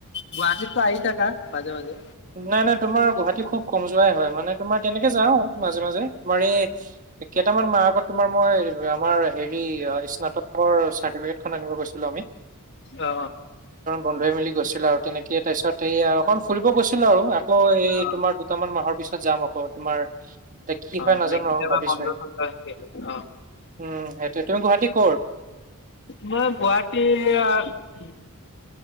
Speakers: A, on the left; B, on the right.
A: গুৱাহাটীতটো আহি থাকা মাজে মাজে।
B: নাই নাই তোমাৰ গুৱাহাটী খুব কম যোৱাই হয়, মানে তোমাৰ তেনেকে যাও মাজে মাজে তোমাৰ এই কেইটামান মাহ আগত তোমাৰ মই আমাৰ হেৰি স্ন ৰ চাৰ্টিফিকেট খন আনিব গৈছিলোঁ আমি,
A: অ
B: পন্ধই মিলি গৈছিলো আৰু তেনেকে তাৰপিছত এই আৰু অকণ ফুৰি গৈছিলো আৰু আকৌ এই
A: অ
B: তোমাৰ দুটামান মাহৰ পিছত যাম আকৌ তোমাৰ এ কি
A: অ
B: হয়
A: মানে
B: নাজানো
A: কেতিয়াবা
B: ভাবিছোঁ,
A: বন্ধ চন্ধ থাকে অ
B: উম সেইটোৱে তুমি গুৱাহাটী ক
A: মই গুৱাহাটী